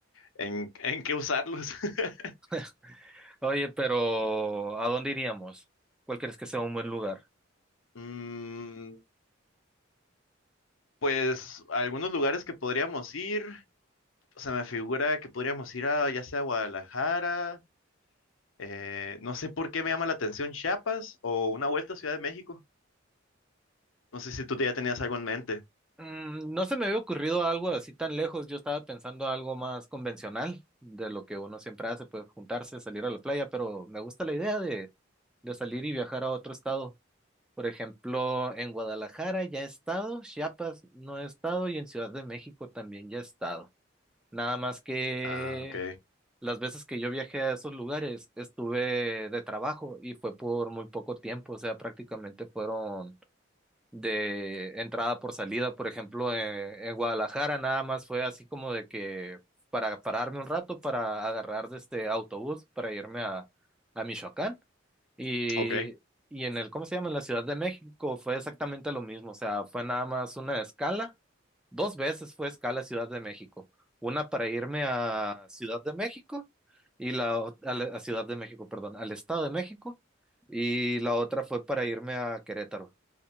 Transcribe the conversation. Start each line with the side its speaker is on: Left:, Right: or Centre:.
Left: en, <laughs> en qué usarlos. <laughs>
Centre: <laughs> Oye, pero ¿a dónde iríamos? ¿Cuál crees que sea un buen lugar?
Left: Mm, pues algunos lugares que podríamos ir, se me figura que podríamos ir a ya sea Guadalajara, eh, no sé por qué me llama la atención Chiapas o una vuelta a Ciudad de México. No sé si tú ya tenías algo en mente.
Centre: Mm, no se me había ocurrido algo así tan lejos. Yo estaba pensando algo más convencional de lo que uno siempre hace, pues juntarse, salir a la playa, pero me gusta la idea de, de salir y viajar a otro estado. Por ejemplo, en Guadalajara ya he estado, Chiapas no he estado y en Ciudad de México también ya he estado. Nada más que
Left: Ah, ok,
Centre: Las veces que yo viajé a esos lugares estuve de trabajo y fue por muy poco tiempo, o sea, prácticamente fueron de entrada por salida. Por ejemplo, eh, en, Guadalajara nada más fue así como de que para pararme un rato para agarrar de este autobús para irme a, a Michoacán. Y,
Left: ok.
Centre: y en el, ¿cómo se llama? En la Ciudad de México fue exactamente lo mismo, o sea, fue nada más una escala, dos veces fue escala Ciudad de México, una para irme a Ciudad de México y la o- a, la- a Ciudad de México, perdón, al Estado de México y la otra fue para irme a Querétaro,